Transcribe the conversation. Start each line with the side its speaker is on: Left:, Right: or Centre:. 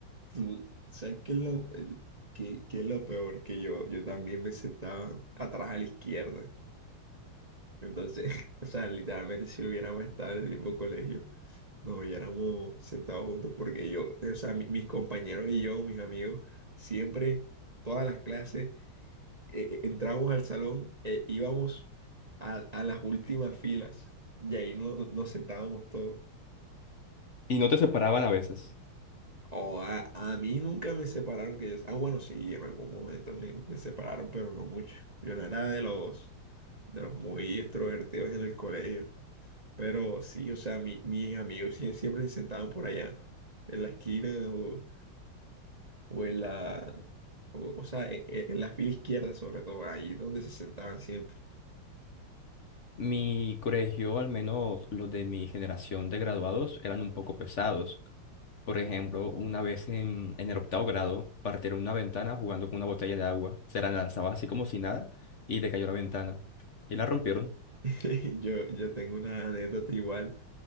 Right: tú, ¿sabes qué es lo, el- qué- qué es lo peor? Que yo, yo también me sentaba atrás a la izquierda. Entonces, <laughs> o sea, literalmente si hubiéramos estado en el mismo colegio, nos hubiéramos sentado juntos porque yo, o sea, mi- mis compañeros y yo, mis amigos, siempre, todas las clases, eh, eh, entrábamos al salón, eh, íbamos a, a las últimas filas y ahí no, no- nos sentábamos todos.
Left: Y no te separaban a veces.
Right: O a, a mí nunca me separaron, que yo, ah, bueno, sí, en algún momento me, me separaron, pero no mucho. Yo no era de los, de los muy extrovertidos en el colegio. Pero sí, o sea, mi- mis amigos sie- siempre se sentaban por allá, en la esquina o, o en la, o, o sea, e- e- en, la fila izquierda sobre todo, ahí donde se sentaban siempre.
Left: Mi colegio, al menos los de mi generación de graduados, eran un poco pesados. Por ejemplo, una vez en, en el octavo grado, partieron una ventana jugando con una botella de agua. Se la lanzaba así como si nada y le cayó la ventana. Y la rompieron.
Right: <laughs> Yo, yo tengo una anécdota igual,